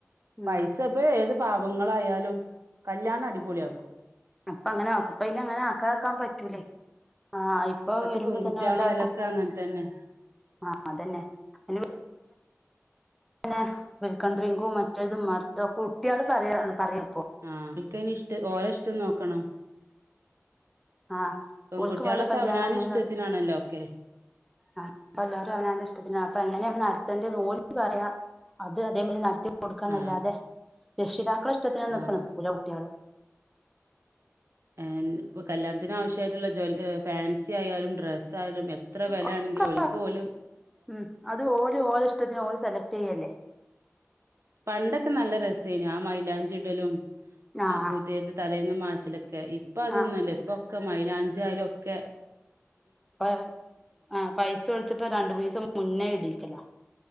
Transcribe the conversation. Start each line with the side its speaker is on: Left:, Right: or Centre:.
Centre: ഉം
Right: പൈസ ഇപ്പൊ ഏത് പാവങ്ങളായാലും കല്യാണം അടിപൊളിയ ആക്കൂ
Centre: അപ്പൊ അങ്ങനെ ആക്കും ഇപ്പ അ അങ്ങനെ ആക്കാക്കാൻ പറ്റൂലേ ആ ഇപ്പൊ
Right: ഇപ്പത്തെ
Centre: വരുമ്പോ
Right: പെൺകുട്ടികളായാലൊക്കെ
Centre: തന്നെ എല്ലാവർക്കും
Right: അങ്ങനെ തന്നെ
Centre: ആ അതന്നെ മ ഉം വെൽകം ഡ്രിങ്ക് മറ്റേതും മറിച്ചതും കുട്ടികള് പറയാണ് ഇപ്പോ
Right: ആ അവർക്ക് തന്നെ ഇഷ്ടം ഓരോ ഇഷ്ടം നോക്കണം
Centre: ആ
Right: പെൺകുട്ടികളൊക്കെ
Centre: ഓൾക്ക് ഓലെ കല്യാണം
Right: അവനാന്
Centre: എങ്ങനെ
Right: ഇഷ്ടത്തിനാണല്ലോ
Centre: നട
Right: ഒക്കെ
Centre: ആ ഇപ്പ എല്ലരും അവന ഇഷ്ടത്തിനാ ണ് അപ്പ എങ്ങനെയ ഓര് പറയാ അത് അതേമാതിരി നടത്തി കൊടുക്കാന്നല്ലതെ
Right: ആ
Centre: രക്ഷിതാക്കള ഇഷ്ടത്തിന്ന്ഒന്നും
Right: ആ
Centre: ഇപ്പ നിക്കൂല കുട്ടികള്
Right: ഉം ഇപ്പ കല്യാണത്തിന് ആവശ്യമായിട്ടുള്ള ജുവല ഫാൻസി ആയാലും ഡ്രസ്സ് ലും എത്ര വില
Centre: ഒക്കെ
Right: ആണെങ്കിലിൽ ഒരിക്ക്‌ ഓലും
Centre: ഉം അത് ഓര് ഓര ഇഷ്ടത്തിന് ഓര് സെലക്ട് ചെയ്യല്ലേ.
Right: പണ്ടൊക്കെ നല്ല രസേന് ആ മയിലാഞ്ചി ഇടലും
Centre: ആഹ്
Right: പുതേത് തലേന്ന് മാറ്റലൊക്കെ. ക്കെ ഇപ്പൊ അതൊന്നുല്ല
Centre: ആഹ്
Right: ഇപ്പൊക്കെ മൈലാഞ്ചി ആയാലൊക്കെ.
Centre: അ ആ പൈസ കൊടുത്പ്പ രണ്ട് മൂനീസം മുന്നേ ഇടീക്കല.